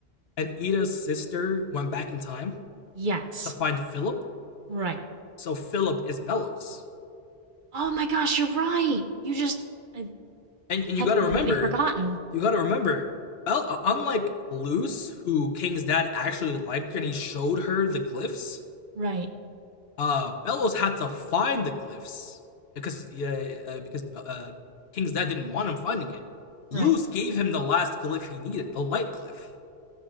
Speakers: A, on the left; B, on the right.
A: and Ida's sister went back in time?
B: Yes.
A: to find Philip.
B: Right.
A: So Philip is Bellows,
B: Oh my gosh, you're right. You just I,
A: and
B: I
A: and
B: had
A: you got to
B: completely
A: remember,
B: forgotten.
A: you got to remember, Bel- uh, unlike Luce, who King's dad actually liked her and he showed her the glyphs.
B: Right.
A: Uh, Bellows had to find the glyphs because yeah, uh, because uh, King's dad didn't want him finding it. Luce
B: Right.
A: gave him the last glyph he needed, the light glyph.